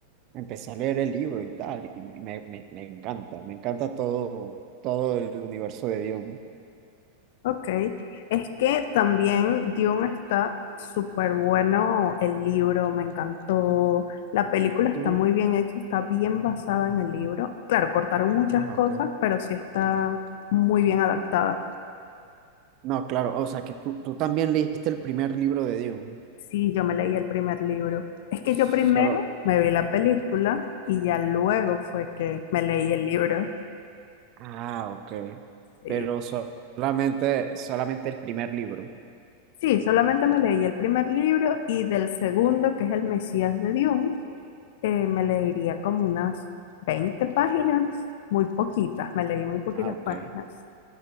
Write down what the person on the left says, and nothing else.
Ok, es que también Dune está súper bueno, el libro me encantó, la película está
muy bien hecha, está bien basada en el libro. Claro, cortaron muchas
cosas,
pero sí está muy bien adaptada.
Sí, yo me leí el primer libro. Es que
yo primero me vi la película y ya luego fue que me leí el libro.
Sí,
Sí, solamente me leí el primer libro y del segundo, que es El Mesías de Dune, eh, me leería como unas 20 páginas, muy poquitas, me leí muy poquitas
páginas.